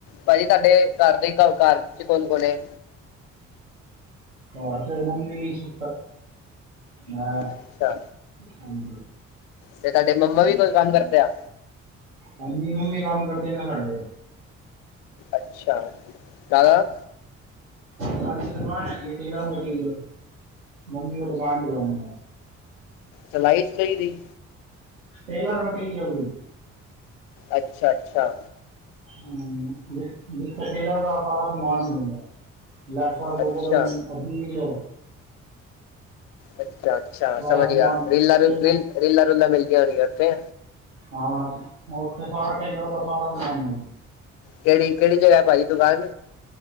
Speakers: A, on the left; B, on the right.
A: ਭਾਜੀ ਤੁਹਾਡੇ ਘਰ ਦੇ ਘਰ 'ਚ ਕੌਣ ਕੌਣ ਏ।
B: ਘਰ ਤੇ ਮੰਮੀ ਤੇ ਸੁ ਹਾਂ,
A: ਅੱਛਾ
B: ਹੂੰ।
A: ਤੇ ਤੁਹਾਡੇ ਮੰਮਾ ਵੀ ਕੋਈ ਕੰਮ ਕਰਦੇ ਆ
B: ਹਾਂਜੀ ਮੰਮੀ ਕੰਮ ਕਰਦੇ ਨੇ ਨਾ ਘਰਦੇ।
A: ਅੱਛਾ ਕਾਦਾ।
B: ਸਾਡੀ ਦੁਕਾਨ ਹੈਗੀ ਨਾ ਜੀ ਵੱਡੀ, ਮੰਮੀ ਉਹ ਦੁਕਾਨ ਚਲਾਉਂਦੇ ਨੇ।
A: ਸਲਾਈ ਸਿੱਖਾਈਦੀ।
B: ਟੇਲਰ ਪੱਟੀ ਨਹੀਂ ਆਉਂਦੀ।
A: ਅੱਛਾ ਅੱਛਾ।
B: ਹੂੰ, ਜਿੱਥੇ ਟੇਲਰ ਦਾ ਸਾਰਾ ਸਮਾਨ ਮਿਲਦਾ। ਲੈਸਾਂ, ਬੂਕਰਮ,
A: ਅੱਛਾ
B: ਰੀਲ।
A: ਅੱਛਾ, ਅੱਛਾ!
B: ਸਾਰਾ
A: ਸਮਝ ਗਿਆ
B: ਸਮਾਨ
A: ਰੀਲਾਂ ਰੀਲਾਂ
B: ਟੇਲਰ
A: ਰੁਲਾਂ ਮਿਲਦੀਆਂ ਹੋਣਗੀਆਂ ਉੱਥੇ।
B: ਹਾਂ ਉੱਥੇ ਟੇਲਰ ਦਾ ਸਾਰਾ ਸਮਾਨ ਮਿਲਦਾ ਹੈ।
A: ਕਿਹੜੀ, ਕਿਹੜੀ ਜਗ੍ਹਾ ਭਾਜੀ ਦੁਕਾਨ?